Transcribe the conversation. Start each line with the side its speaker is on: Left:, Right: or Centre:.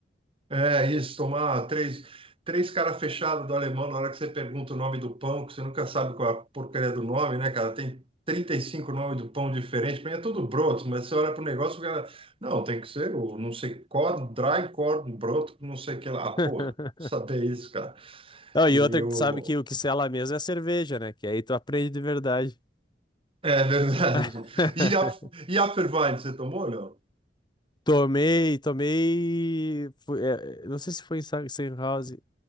Right: É isso, tomar três, três cara fechada do alemão na hora que você pergunta o nome do pão, que você nunca sabe qual é a porcaria do nome, né, cara? Tem 35 nomes do pão diferente, pra mim é tudo broto, mas você olha pro negócio, o cara, não, tem que ser o não sei, corn, dry corn, broto, não sei o que lá. Ah,
Left: <laughs>
Right: porra, saber isso, cara.
Left: Não,
Right: E
Left: e outra
Right: o.
Left: que tu sabe que o que sela mesmo é a cerveja, né? Que aí tu aprende de verdade.
Right: É <laughs> verdade.
Left: <laughs>
Right: E a, e a Fervine, você tomou, não?
Left: Tomei, tomei. fui- é, é, não sei se foi em Sachsenhausen.